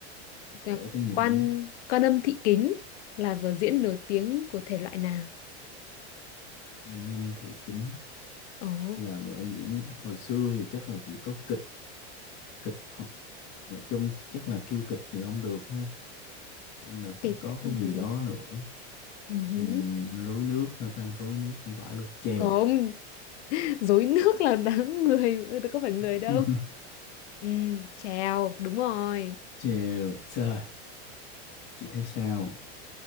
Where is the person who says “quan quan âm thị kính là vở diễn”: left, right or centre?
Left